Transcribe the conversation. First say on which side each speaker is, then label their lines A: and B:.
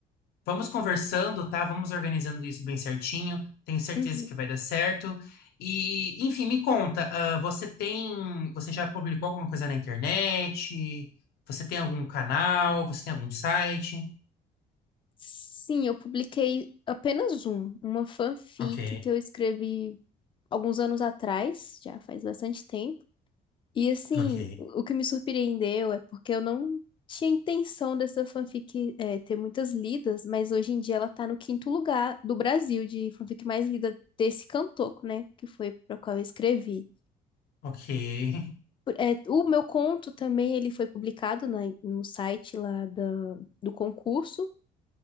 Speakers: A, on the left (about 70°); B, on the left (about 30°).
A: vamos conversando, tá? Vamos organizando isso bem certinho. Tenho certeza
B: Uhum.
A: que vai dar certo. E, enfim, me conta, ah, você tem, você já publicou alguma coisa na internet? Você tem algum canal? Você tem algum site?
B: Sim, eu publiquei apenas um, uma fanfic
A: Ok,
B: que eu escrevi alguns anos atrás, já faz bastante tempo. E assim,
A: ok,
B: o o que me surpreendeu é porque eu não tinha intenção dessa fanfic é, ter muitas lidas, mas hoje em dia ela tá no quinto lugar do Brasil de fanfic mais lida desse Cantoco né? Que foi para qual eu escrevi.
A: ok,
B: Por- é, o meu conto também ele foi publicado na- no site lá da, do concurso.